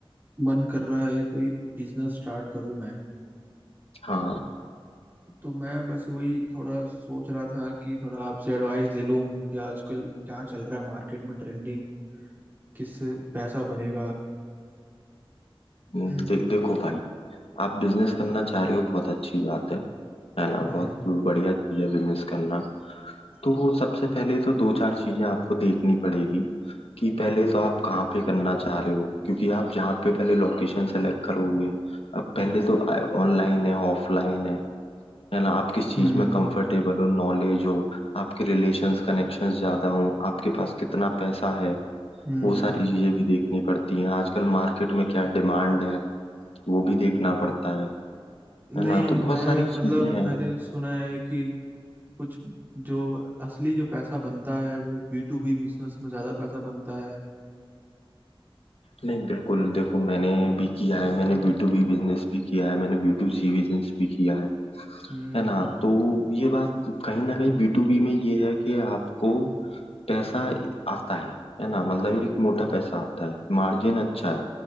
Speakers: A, on the right (about 20°); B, on the left (about 80°).
A: मन कर रहा है कोई बिजनेस स्टार्ट करूं मैं
B: हाँ
A: तो मैं बस वही थोड़ा सोच रहा था कि थोड़ा आपसे एडवाइस ले लूं कि आजकल क्या चल रहा है मार्केट में ट्रेंडिंग किससे पैसा बनेगा
B: दे,
A: हम्म
B: देखो भाई आप बिजनेस करना चाह रहे हो बहुत अच्छी बात है है ना
A: हम्म
B: बहुत बढ़िया चीज है बिजनेस करना तो सबसे पहले तो दो चार चीजें आपको देखनी पड़ेगी कि पहले तो आप कहाँ पे करना चाह रहे हो क्योंकि आप जहाँ पे पहले लोकेशन सेलेक्ट करोगे अब पहले तो ऑनलाइन है ऑफलाइन है है ना आप किस चीज
A: हम्म
B: में कंफर्टेबल हो नॉलेज हो आपके रिलेशंस कनेक्शंस ज्यादा हो आपके पास कितना पैसा है
A: हम्म।
B: वो सारी चीजें भी देखनी पड़ती हैं आजकल मार्केट में क्या डिमांड है वो भी देखना पड़ता है
A: नहीं
B: है ना
A: मैं
B: तो बहुत सारी
A: मतलब
B: चीजें हैं
A: मैंने सुना है कि कुछ जो असली जो पैसा बनता है वो बी टू बी बिजनेस में ज्यादा पैसा बनता है
B: नहीं बिल्कुल देखो मैंने भी किया है मैंने बी टू बी बिजनेस भी किया है मैंने बी टू सी बिजनेस भी किया है
A: हम्म
B: है ना तो ये बात कहीं ना कहीं बी टू बी में ये है कि आपको पैसा आता है है ना मतलब एक मोटा पैसा आता है मार्जिन अच्छा है